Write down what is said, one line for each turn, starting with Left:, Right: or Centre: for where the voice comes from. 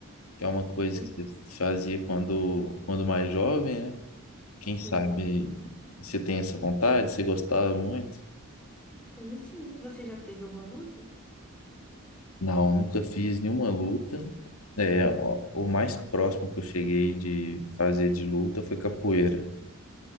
Left: Que é uma coisa
Centre: É,
Left: que você fazia quando, quando mais jovem, né?
Centre: sim,
Left: Quem sabe você tem essa vontade, você gostava muito?
Centre: tenho sim. Você já fez alguma luta?
Left: Não, nunca fiz nenhuma luta. É, o, o mais próximo que eu cheguei de fazer de luta foi capoeira.